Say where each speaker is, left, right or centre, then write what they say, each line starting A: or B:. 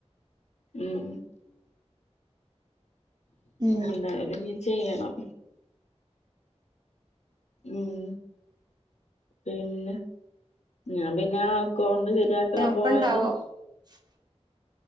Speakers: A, on the left; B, on the right.
A: ം
B: ഉം
A: എന്തായാലും ചെയ്യണം. ം പിന്നെ? ഞാൻ പിന്നെ ആ അക്കൗണ്ട് ശരിയാക്കാൻ
B: ഒപ്പം
A: പോവാന്
B: ഉണ്ടാവോ <unintelligible>